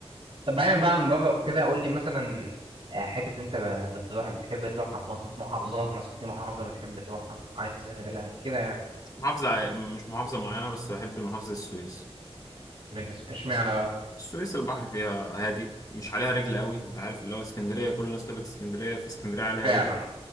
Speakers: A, on the right (about 60°); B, on the left (about 35°).
A: طب بعيدا بقى عن بره وكده قول لي مثلا آه، حتة اللي انت ب- بتروح بتحب تروحها في مصر محافظات مثلا في محافظة بتحب تروحها عايز تسافر لها كده يعني
B: مش محافظة ع- مش محافظة معينة بس بحب محافظة السويس
A: بجس- اشمعنى بقى
B: السويس البحر فيها هادي مش عليها رجل قوي انت عارف اللي هو اسكندرية كل الناس تقول لك اسكندرية فاسكندرية عليها
A: فعلا
B: رجل